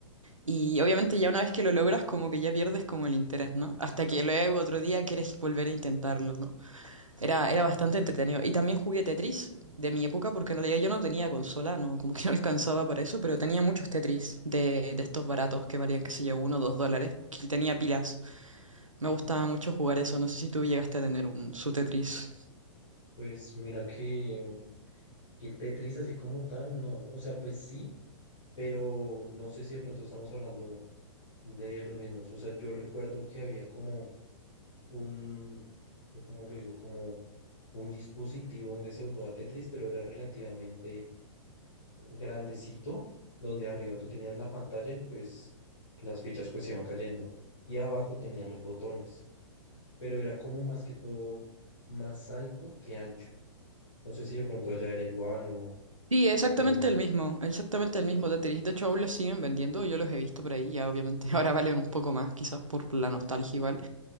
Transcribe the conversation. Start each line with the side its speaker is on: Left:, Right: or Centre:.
Right: y obviamente ya una vez que lo logras como que ya pierdes como el interés, ¿no? Hasta que luego otro día quieres volver a intentarlo, ¿no? Era, era bastante entretenido. Y también jugué Tetris de mi época, porque en realidad yo no tenía consola, no, como que no <laughs> alcanzaba para eso, pero tenía muchos Tetris de, de estos baratos que valían, qué sé yo, uno o dos dólares, y tenía pilas. Me gustaba mucho jugar eso, no sé si tú llegaste a tener un, su Tetris.
Left: Pues mira que, que Tetris así como tal, no. O sea, pues sí, pero no sé si de pronto estamos hablando de los mismos. O sea, yo recuerdo que había como un, co- ¿cómo lo digo? Como un dispositivo donde se jugaba Tetris, pero era relativamente grandecito, donde arriba tú tenías la pantalla y pues las fichas pues iban cayendo. Y abajo tenías los botones, pero era como más que todo más alto que ancho. No sé si de pronto allá era igual o,
Right: Sí, exactamente
Left: o cómo.
Right: el mismo, exactamente el mismo Tetris. De hecho, aún los siguen vendiendo, yo los he visto por ahí, ya obviamente <laughs> ahora valen un poco más, quizás por la nostalgia igual.